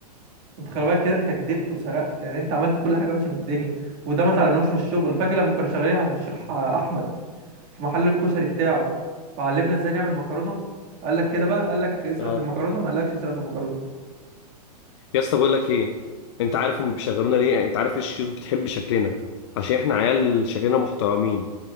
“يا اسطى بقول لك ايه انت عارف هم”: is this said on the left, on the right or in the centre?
Left